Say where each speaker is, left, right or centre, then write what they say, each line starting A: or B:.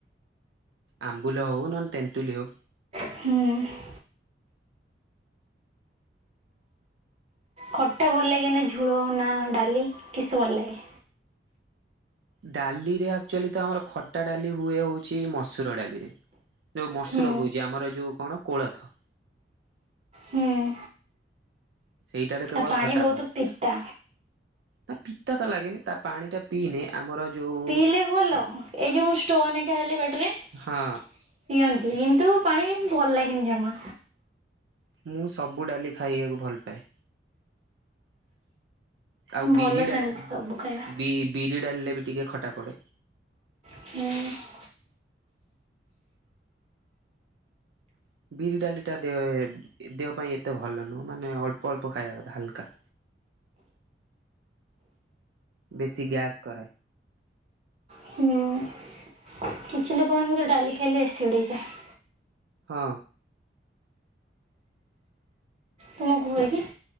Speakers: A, on the right; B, on the right.
A: ଆମ୍ବୁଲ ହଉ, ନହେଲେ ତେନ୍ତୁଲି ହଉ।
B: ହୁଁ। ଖଟା ଭଲ ଲାଗେ ନା ଝୋଳ ନା ଡାଲି କିସ ଭଲ ଲାଗେ?
A: ଡାଲିରେ ଆକ୍ଚୋଲି ତ ଆମର ଖଟା ଡାଲି ହୁଏ ହଉଛି ମସୁର ଡାଲିରେ। ଯୋଉ ମସୁର
B: ହୁଁ
A: କହୁଚି ଆମର ଯୋଉ କଣ କୋଳଥ।
B: ହୁଁ
A: ସେଇଟାରେ
B: ତା
A: କେବଳ
B: ପାଣି
A: ଖଟା
B: ବହୁତ
A: ପଡେ।
B: ପିତା
A: ନା ପିତା ତ ଲାଗେନି, ତା ପାଣି ଟା ପିଇନେ ଆମର ଯୋଉ
B: ପିଇଲେ ଭଲ, ଏଇ ଯୋଉ ଷ୍ଟୋନ ଏକା ହେଲେ ପେଟେରେ
A: ହଁ
B: ପିଅନ୍ତି, କିନ୍ତୁ ପାଣି ଭଲ ଲାଗେନି ଜମା।
A: ମୁଁ ସବୁ ଡାଲି ଖାଇଆକୁ ଭଲ ପାଏ। ଆଉ ବିରି
B: ଭଲ
A: ଡାଲି
B: ସେମିତି ସବୁ ଖାଇବା
A: ବି ବିରି ଡାଲିଲେ ବି ଟିକେ ଖଟା ପଡେ।
B: ହୁଁ।
A: ବିରି ଡାଲିଟା ଦେହ ପାଇଁ ଏତେ ଭଲ ନୁହେଁ, ମାନେ ଅଳ୍ପ ଅଳ୍ପ ଖାଇବା କଥା ହାଲକା। ବେଶୀ ଗ୍ୟାସ୍ କରାଏ।
B: ହୁଁ। କିଛି ଲୋକମାନଙ୍କୁ ତ ଡାଲି ଖାଇଲେ ଏସିଡି ହେଇଯାଏ।
A: ହଁ।
B: ତୁମକୁ ହୁଏ କି?